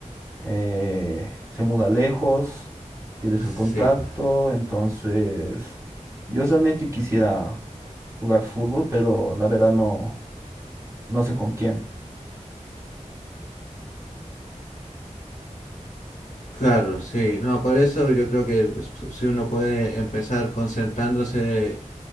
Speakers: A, on the right (about 20°); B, on the left (about 70°).
A: eh, se muda lejos, pierdes el
B: Sí,
A: contacto,
B: pues.
A: entonces yo realmente quisiera jugar fútbol, pero la verdad no, no sé con quién.
B: Claro, sí. No, por eso yo creo que pues, si uno puede empezar concentrándose